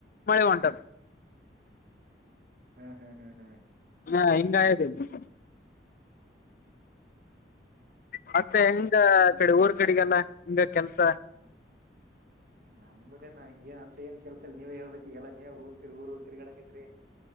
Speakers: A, on the left; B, on the right.
A: ಮಳೆ ಉಂಟದ
B: ಹ್ಮ್ ಹ್ಮ್ ಹ್ಮ್ ಹ್ಮ್
A: ಹ <inaudible> ಮತ್ತೆ ಹೆಂಗ ಕಡೆ ಊರ್ ಕಡೆಗಲ್ಲ ಹಂಗ ಕೆಲ್ಸ
B: ನಮ್ ಮದೇನ ಹಂಗೆ ಅಂತ ಏನ್ ಕೆಲ್ಸ ಇಲ್ಲ ನೀವೇ ಹೇಳ್ಬೇಕಕ್ ಎಲ್ಲಾ ನೀವೇ ಊರ್ತಿೀರಿ ಊರು ತಿರ್ಗಡಾಕತಾಯಿ ರಿ